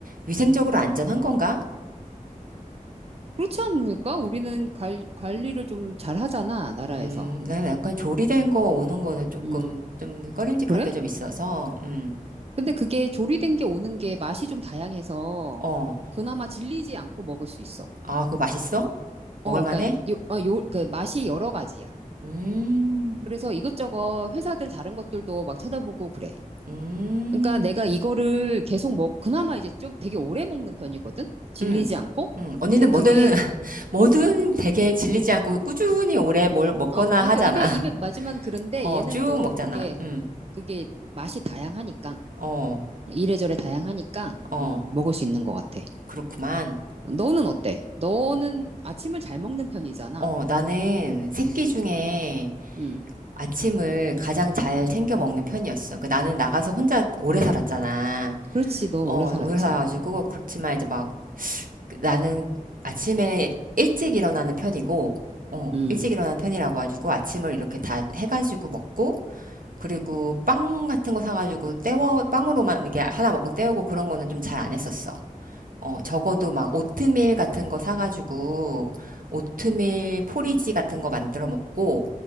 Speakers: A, on the right; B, on the right.
A: 위생적으로 안전한 건가?
B: 그렇지 않을까? 우리는 관, 관리를 좀 잘하잖아, 나라에서.
A: 음, 나 약간 조리된 거 오는 거는 조금
B: 음.
A: 좀 꺼림직한
B: 그래?
A: 게 좀 있어서, 음,
B: 근데 그게 조리된 게 오는 게 맛이 좀 다양해서
A: 어.
B: 그나마 질리지 않고 먹을 수 있어.
A: 아, 그거 맛있어? 먹을
B: 어,
A: 만해?
B: 그러니까 요, 어, 요, 그 맛이 여러 가지야.
A: 음,
B: 그래서 이것저것 회사들 다른 것들도 막 찾아보고 그래.
A: 음,
B: 그러니까 내가 이거를 계속 먹, 그나마 이제 좀 되게 오래 먹는 편이거든? 질리지
A: 음,
B: 않고?
A: 음. 언니는
B: 근데 그게,
A: 뭐든, <laughs> 뭐든
B: 응.
A: 되게 질리지 않고 꾸준히 오래 뭘 먹거나
B: 어, 어, 그러니까
A: 하잖아.
B: 입에,
A: <laughs>
B: 입에 맞으면 그런데
A: 어,
B: 얘는
A: 쭉
B: 또
A: 먹잖아.
B: 그게,
A: 음,
B: 그게 맛이 다양하니까.
A: 어,
B: 이래저래 다양하니까,
A: 어,
B: 음, 먹을 수 있는 것 같아.
A: 그렇구만.
B: 너는 어때? 너는 아침을 잘 먹는 편이잖아.
A: 어, 나는 새끼 중에
B: 음.
A: 아침을 가장 잘 챙겨 먹는 편이었어. 그 나는 나가서 혼자 오래 살았잖아.
B: 그렇지. 너 오래
A: 어,
B: 살았지.
A: 오래 살아가지고 그렇지만 이제 막 나는 아침에 일찍 일어나는 편이고, 어,
B: 음.
A: 일찍 일어나는 편이라고 해가지고 아침을 이렇게 다 해가지고 먹고, 그리고 빵 같은 거 사가지고 때워, 빵으로만 이게 하나 먹고 때우고 그런 거는 좀 잘 안 했었어. 어, 적어도 막 오트밀 같은 거 사가지고 오트밀 포리지 같은 거 만들어 먹고,